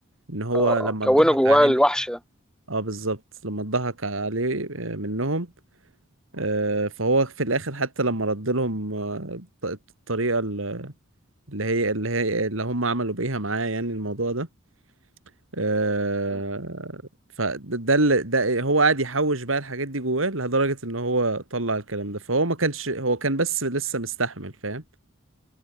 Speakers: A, on the right; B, in the centre.
A: ان هو
B: اه
A: لما
B: اه
A: اتضحك
B: كونه جواه
A: عليه
B: الوحش
A: من...
B: ده
A: اه بالظبط لما اتضحك عليه آه، منهم آه، فهو في الاخر حتى لما رد لهم آه، الط- الطريقه اللي هي اللي هي اللي هم عملوا بيها معاه يعني الموضوع ده آه،
B: مم.
A: فده ده اللي- ده هو قاعد يحوش بقى الحاجات دي جواه لدرجه ان هو طلع الكلام ده فهو ما كانش هو كان بس لسه مستحمل فاهم